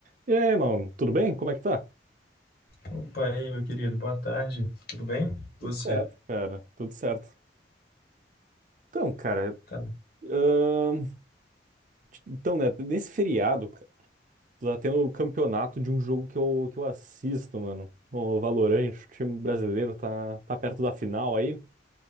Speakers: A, on the right; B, on the left.
A: E aí, mano, tudo bem? Como é que tá?
B: Opa, aí, meu querido, boa tarde. Tudo bem? Você?
A: Tudo certo, cara, tudo certo. Então, cara,
B: Tá.
A: ahn, então, né, nesse feriado, cara, tá tendo o campeonato de um jogo que eu, que eu assisto, mano. O Valorant, o time brasileiro tá, tá perto da final aí.